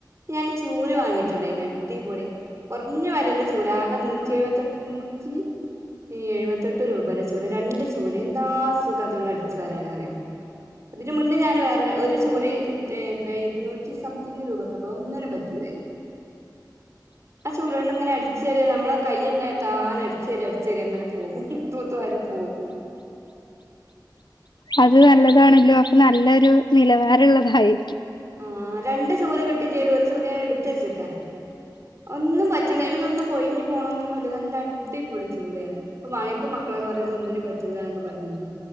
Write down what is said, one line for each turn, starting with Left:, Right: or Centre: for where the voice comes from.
Right: ഞാൻ ചൂല് വാങ്ങീട്ട്ണ്ടായ്നു അടിപൊളി കൊർഞ്ഞ വെലൻ്റെ ചൂലാ ആകെ നൂറ്റി എഴുപത്തെട്ട് നൂറ്റി ഈ എഴുപത്തെട്ട് രൂപന്റെ ചൂല് രണ്ട് ചൂല് എന്താ സുഖം അതോണ്ട് അടിച്ച് വാരാനറിയോ അതിന്റെ മുന്നേ ഞാൻ വേറെ ര ഒരു ചൂല് ഏ എത്ര ഇരുന്നൂറ്റി സംതിങ് രൂപക്കൊക്കെ ഒന്നിനും പറ്റൂലേനി. ആ ചൂലോണ്ട് ഇങ്ങനെ അടി <unintelligible> നമ്മളെ കയ്യെന്നെ താനെ അടിച്ചേരി അടിച്ചേരി അങ്ങനെ പോകും തൂത്ത് വാരി പോകും.
Left: അത് നല്ലതാണല്ലോ അപ്പ നല്ലൊരു നിലവാരള്ളതായി.
Right: <unintelligible> രണ്ട് ചൂല് കിട്ടിം ചെയ്ത് ഒരു ചൂല് ഞാന് എടുത്തേച്ചക്കാ. ഒന്നും പറ്റ്ണേ അയ്മന്ന് ഒന്നും കൊയിഞ്ഞു പോണൊന്നുല്ല നല്ല അടി പൊളി ചൂലാറിയ. ഇപ്പം വാങ്ങിപ്പം മക്കളക്കെ പറയ ഇത് ഒന്നിനും പറ്റൂല്ലാന്ന് പർഞ്ഞീനി